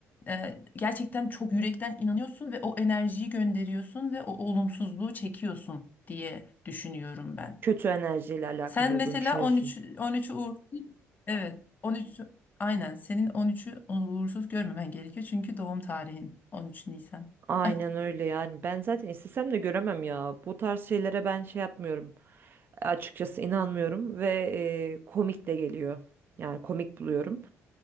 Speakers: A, on the left; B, on the right.
A: e, gerçekten çok yürekten inanıyorsun ve o enerjiyi gönderiyorsun ve o olumsuzluğu çekiyorsun diye düşünüyorum ben.
B: kötü enerjiyle alakalı
A: Sen
B: olduğunu
A: mesela
B: düşünüyorsun.
A: 13 13'ü uğursuz evet 13 aynen senin 13'ü uğursuz görmemen gerekiyor çünkü doğum tarihin 13 Nisan.
B: Aynen
A: <laughs>
B: öyle yani ben zaten istesem de göremem ya bu tarz şeylere ben şey yapmıyorum açıkçası inanmıyorum ve eee, komik de geliyor yani komik buluyorum